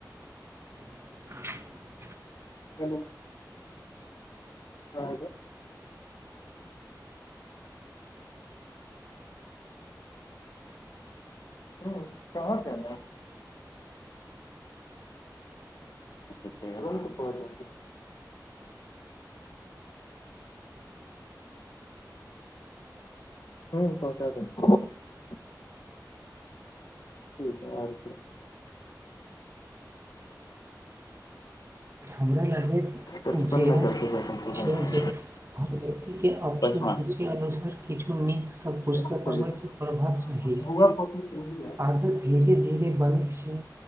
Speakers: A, on the right (about 40°); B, on the left (about 65°).
A: <inaudible>
B: हेलो हाँ, हेलो हम्म, कहाँ केलौं तुरंत पहुँच जाएंगे हूँ पहुंचा देब <inaudible>
A: हमरा लागबैत
B: पचपन
A: जे
B: में करके जाता हूँ सुबह
A: छै जे हर व्यक्तिके अपन
B: पचमा
A: रुचि अनुसार किछु नीक श पुस्तक
B: ऐसे कर
A: हमर
B: लेते
A: सब पढ़बाक चाही
B: हैं। हुआ फोटो सही है
A: आदत धीरे धीरे बनत छै